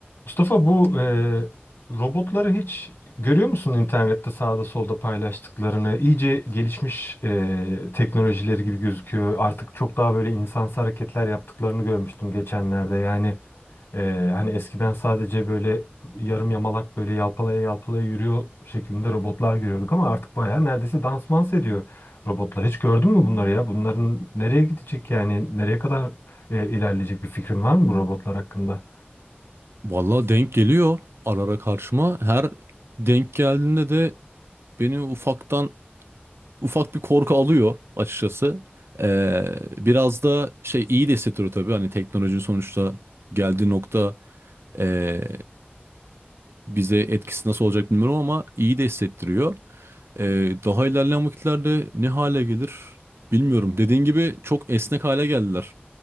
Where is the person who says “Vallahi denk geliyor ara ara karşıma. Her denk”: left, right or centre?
Right